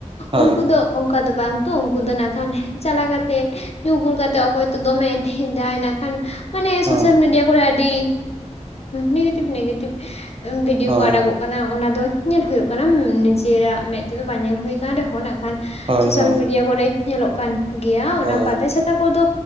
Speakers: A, on the right (about 45°); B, on the left (about 55°).
A: ᱦᱳᱭ
B: ᱩᱱᱠᱩ ᱫᱚ ᱚᱱᱠᱟ ᱫᱚ ᱵᱟᱝ ᱛᱚ ᱩᱱᱠᱩ ᱫᱚ ᱱᱟᱱᱟᱜᱠᱷᱟᱱ ᱪᱟᱞᱟᱣ ᱠᱟᱛᱮ ᱧᱩᱩ ᱵᱩᱞ ᱠᱟᱛᱮ ᱚᱠᱚᱭ ᱛᱚ ᱫᱚᱢᱮ ᱮᱱᱦᱮᱡ ᱫᱟ ᱱᱟ ᱠᱷᱟᱱ, ᱢᱟᱱᱮ
A: ᱦᱳᱭ
B: ᱥᱳᱥᱟᱞ ᱢᱤᱰᱤᱭᱟ ᱠᱚᱨᱮ ᱟᱹᱰᱤ ᱱᱮᱜᱮᱴᱤᱵᱽ ᱱᱮᱜᱮᱴᱤᱵᱷ ᱵᱷᱤᱰᱭᱳ
A: ᱦᱳᱭ
B: ᱠᱚ ᱟᱲᱟᱜᱚᱜ ᱚᱱᱟ ᱫᱚ ᱧᱮᱞ ᱦᱩᱭᱩᱜ ᱠᱟᱱᱟ ᱱᱤᱡᱮᱨᱟᱜ ᱢᱮᱫ ᱛᱮᱫᱚ ᱵᱟᱝ ᱧᱮᱞ ᱦᱩᱭ ᱟᱠᱟᱱᱟ ᱨᱮᱦᱚᱸ, ᱠᱷᱟᱱ
A: ᱦᱳᱭ ᱦᱳᱭ
B: ᱥᱳᱥᱟᱞ
A: ᱦᱳᱭ
B: ᱢᱤᱰᱤᱭᱟ ᱠᱚᱨᱮ ᱧᱮᱞᱚᱜ ᱠᱟᱱ ᱜᱮᱭᱟ ᱚᱱᱟ
A: ᱦᱳᱭ
B: ᱯᱟᱛᱟ ᱪᱷᱟᱛᱟ ᱛᱟᱠᱚ ᱫᱚ